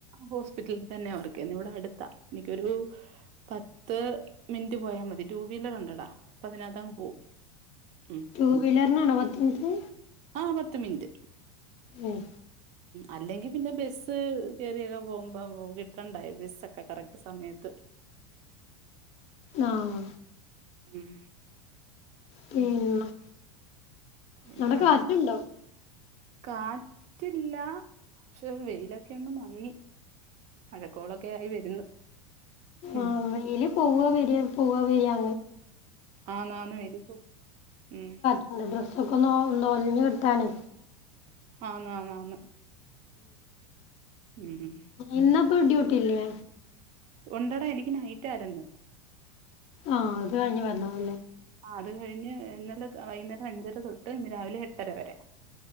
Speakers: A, on the right (about 45°); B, on the left (about 45°).
A: ഹോസ്പിറ്റലിൽ തന്നെയാണ് വർക്ക് ചെയ്യുന്നത് ഇവിടെഅടുത്താ എനിക്കൊരു പത്ത് മിനിറ്റ് പോയാൽ മത ടൂവീലർ ഉണ്ട് എടാ അതിനാത്ത് അങ്ങ് പോകും ഉം
B: ടൂവീലർനാണോ പത്തുമിനുട്ട്
A: ആഹ് പത്ത് മിനിറ്റ്
B: ഉം
A: അല്ലെങ്കി പിന്നെ ബസ് കയറിയൊക്കെ പോകുമ്പോൾ കിട്ടണ്ടായോ ബസ്സൊക്കെ കറക്റ്റ് സമയത്ത്
B: ആഹ്
A: ഉം
B: പിന്നെ
A: ഉം പിന്നെ
B: ആടെ
A: അവിടെ
B: കാറ്റ് ഇണ്ടോ?
A: കാറ്റില്ല പക്ഷെ വെയിലൊക്കെ ഒന്ന് മങ്ങി മഴക്കോളൊക്കെ ആയി വരുന്നു ഉം
B: ആഹ് വെയില് പോവ വരിയാ പോവ വരിയാ
A: ആന്ന് ആന്ന് വെയിലിപ്പോ ഉം
B: എ ഡ്ഡ്രസ്സ് ഒക്കെ ഒന്ന് ഉലഞ്ഞു കിട്ടാന്
A: ആന്ന് ആന്ന് ആന്ന് ഊഹും
B: ഇന്ന് അപ്പോൾ ഡ്യൂട്ടി ഇല്ലേ
A: ഉണ്ടടെ ഇനിക്ക് നൈറ്റ് ആയിരുന്നു
B: ആഹ് അത് കഴിഞ്ഞ് വരണംമല്ലേ
A: ആഹ് അതും കഴിഞ്ഞ് ഇന്നലെ വൈകുന്നേരം അഞ്ചര തൊട്ട് ഇന്ന് രാവിലെ എട്ടര വരെ